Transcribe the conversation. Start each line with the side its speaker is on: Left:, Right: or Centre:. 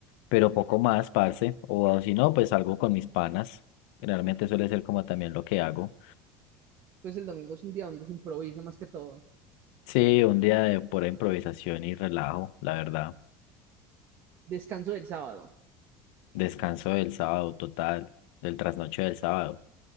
Left: pero poco más, parce, o si no, pues algo con mis panas. Generalmente suele ser como también lo que hago.
Right: Pues el domingo es un día donde se improvisa más que todo.
Left: Sí, un día de pura improvisación y relajo, la verdad.
Right: Descanso del sábado.
Left: Descanso del sábado total, del trasnoche del sábado.